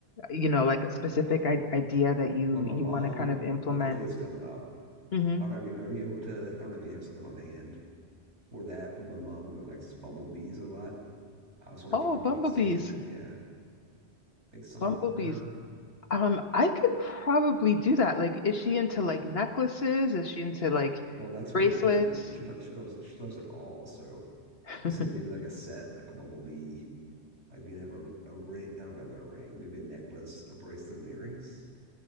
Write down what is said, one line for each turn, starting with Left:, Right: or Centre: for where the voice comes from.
Left: you know, like a specific I idea that you
Right: Well, my
Left: you
Right: mom,
Left: want to kind of implement.
Right: Mother's Day is coming up.
Left: hmm
Right: I don't know, are you, are you able to? I don't know if you have something on hand. for that, but my mom really likes bumblebees a lot. I was wondering
Left: Oh,
Right: if you could
Left: bumblebees.
Right: make something, yeah, make something
Left: Bumblebees.
Right: for her.
Left: Um, I could probably do that. Like, is she into like necklaces? Is she into like
Right: Well, that's what
Left: bracelets?
Right: I'm thinking. She lo- she loves she loves it all. So
Left: <laughs>
Right: I was thinking maybe like a set, like a bumblebee. Like we can have a, a ring. I don't know about a ring. Maybe a necklace, a bracelet, and earrings